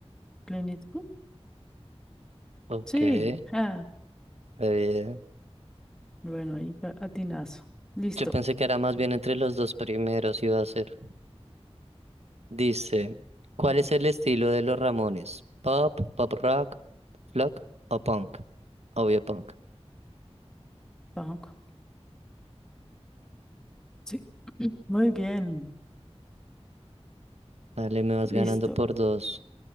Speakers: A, in the centre; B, on the right.
A: Clint Eastwood.
B: Ok,
A: Sí.
B: re
A: <laughs> ah,
B: bien.
A: Bueno, ahí fue atinazo. Listo.
B: Yo pensé que era más bien entre los dos primeros iba a ser. Dice, ¿cuál
A: Mm,
B: es el estilo de los Ramones? ¿Pop, pop rock, flock o punk? Obvio punk.
A: Banco. Sí. Muy bien.
B: Dale, me vas
A: Listo.
B: ganando por dos.